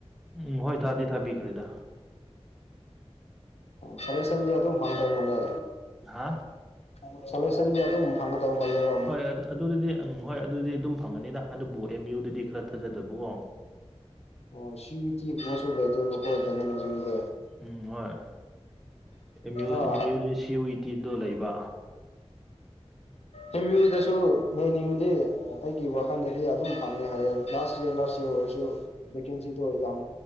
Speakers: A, in the centre; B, on the left.
A: ꯎꯝ ꯍꯣꯏ ꯊꯥꯗꯤ ꯊꯥꯕꯤꯈ꯭ꯔꯦꯗ
B: ꯐꯔꯦ ꯁꯟꯗꯤ ꯑꯗꯨꯝ ꯐꯪꯉ ꯇꯧ ꯃꯥꯜꯂꯦ
A: ꯍꯥ
B: <unintelligible> ꯁꯣꯂꯦꯁꯟꯗꯤ ꯑꯗꯨꯝ ꯐꯉꯥ ꯀꯥꯎꯃꯜꯂꯦꯕ
A: ꯍꯣꯏ ꯑꯗꯨ ꯑꯗꯨꯗꯗꯤ ꯑꯪ ꯍꯣꯏ ꯑꯗꯨꯗꯤ ꯑꯗꯨꯝ ꯐꯪꯒꯅꯤꯗ ꯑꯗꯨꯕꯨ ꯑꯦꯝ ꯌꯨꯗꯗꯤ ꯈꯔ ꯊꯥꯖꯗꯕꯀꯣ
B: ꯑꯣ ꯁꯤ ꯊꯤ ꯃꯁꯨ ꯂꯩꯇꯦꯕ ꯀꯣ ꯗꯟꯅ ꯃꯟꯖꯨꯔꯤꯒꯤ
A: ꯎꯝ ꯍꯣꯏ ꯑꯦꯝꯌꯨ
B: ꯑꯥ
A: ꯑꯦꯝꯌꯨꯗ ꯗꯤ ꯁꯤꯨ ꯌꯨ ꯇꯤꯗꯣ ꯂꯩꯕ
B: ꯑꯦꯝ ꯌꯨꯗꯁꯨ ꯂꯩꯅꯤꯡꯉꯗꯤ ꯑꯩꯒꯤ ꯋꯥꯈꯜꯗꯗꯤ ꯑꯗꯨꯝ ꯐꯪꯉꯦ ꯍꯥꯏꯌꯦꯡ ꯂꯥꯁ ꯏꯔ ꯂꯥꯁ ꯏꯔ ꯑꯣꯏꯔꯁꯨ ꯚꯦꯀꯦꯟꯁꯤꯗꯣ ꯌꯥꯝ